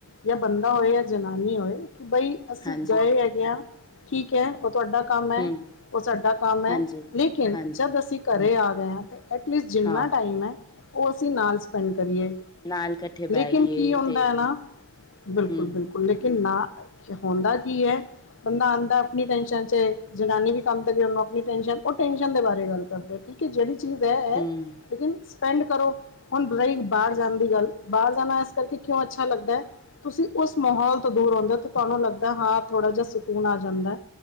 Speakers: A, on the left; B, on the left.
A: ਜਾਂ ਬੰਦਾ ਹੋਵੇ ਜਾਂ ਜਨਾਨੀ ਹੋਏ। ਕਿ ਬਈ ਅਸੀਂ
B: ਹਾਂਜੀ
A: ਗਏ ਹੈਗੇ ਆ। ਠੀਕ ਐ ਉਹ ਤੁਹਾਡਾ ਕੰਮ ਐ
B: ਹਮ
A: ਉਹ ਸਾਡਾ ਕੰਮ ਐ
B: ਹਾਂਜੀ
A: ਲੇਕਿਨ
B: ਹਾਂਜੀ
A: ਜਦ ਅਸੀਂ ਘਰ ਆ ਗਏ ਹਾਂ ਤੇ ਐਟਲੀਸਟ ਜਿੰਨਾ
B: ਹਾਂ
A: ਟਾਈਮ ਐ ਉਹ ਅਸੀਂ ਨਾਲ ਸਪੈਂਡ ਕਰੀਏ।
B: ਨਾਲ,
A: ਲੇਕਿਨ
B: ਬਹਿਈਏ
A: ਕੀ ਹੁੰਦਾ
B: ਤੇ
A: ਨਾ ਬਿਲਕੁਲ
B: ਹਮ
A: ਬਿਲਕੁਲ ਲੇਕਿਨ ਨਾ ਹੁੰਦਾ ਕੀ ਐ। ਬੰਦਾ ਆਂਦਾ ਆਪਣੀ ਟਨਸ਼ਨ ਚ ਜਨਾਨੀ ਵੀ ਕੰਮ ਦੇ ਉਹਨੂੰ ਆਪਣੀ ਟਸ਼ਨ ਉਹ ਟੈਂਸ਼ਨ ਦੇ ਬਾਰੇ ਗੱਲ ਕਰਦੇ। ਠੀਕ ਐ ਜਿਹੜੀ ਚੀਜ਼ ਐ
B: ਹਮ
A: ਲੇਕਿਨ ਸਪੈਂਡ ਕਰੋ ਹੁਣ ਰਹੀ ਬਾਹਰ ਜਾਂ ਣ ਦੀ ਗੱਲ ਬਾਹਰ ਜਾਣਾ ਇਸ ਕਰਕੇ ਕਿਉਂ ਅੱਛਾ ਲੱਗਦਾ ਤੁਸੀਂ ਉਸ ਮਾਹੌਲ ਤੋਂ ਦੂਰ ਹੁੰਦੇ ਹੋ ਤੇ ਤੁਹਾਨੂੰ ਲੱਗਦਾ ਹਾਂ ਥੋੜਾ ਜਿਹਾ ਸਕੂਨ ਆ ਜਾਂਦਾ।